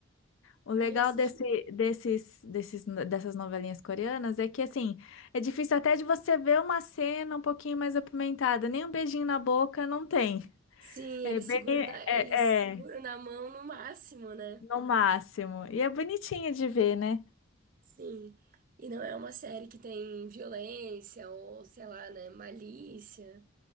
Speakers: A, on the left; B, on the right.
A: O legal
B: Aí assisti.
A: desse, desses, desses, dessas novelinhas coreanas é que, assim, é difícil até de você ver uma cena um pouquinho mais apimentada. Nem um beijinho na boca não tem.
B: Sim,
A: É
B: eles
A: bem,
B: seguram
A: é,
B: na, eles seguram
A: é,
B: na mão no máximo, né?
A: no máximo. E é bonitinho de ver, né?
B: Sim. E não é uma série que tem violência ou, sei lá, né? Malícia.